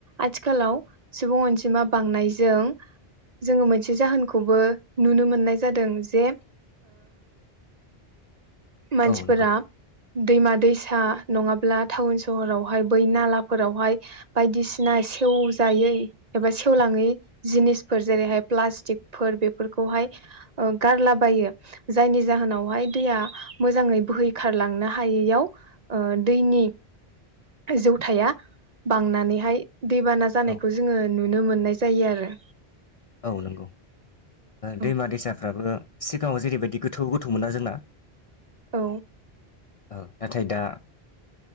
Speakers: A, on the right; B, on the left.
A: आथिखालाव सुबुं अनजिमा बांनायजों जोङो मोनसे जाहोनखौबो नुनो मोननाय जादों जे मानसिफोरा
B: औ नंगौ
A: दैमा दैसा नङाब्ला टाउन सहरावहाय बै नालाफोरावहाय, बायदिसिना सेवजायै एबा सेवलाङै जिनिसफोर जेरैहाय प्लास्टिकफोर बेफोरखौहाय गारलाबायो, जायनि जाहोनावहाय दैया मोजाङै बोहैखारलांनो हायैयाव दैनि जौथाया बांनानैहाय दैबाना जानायखौ
B: औ
A: जोङो नुनो मोनो। मोननाय जायो आरो।
B: औ नंगौ
A: औ
B: दैमा दैसाफ्राबो सिगाङाव जेरैबायदि गोथौ गोथौ मोनना जोंना?
A: औ
B: नाथाय दा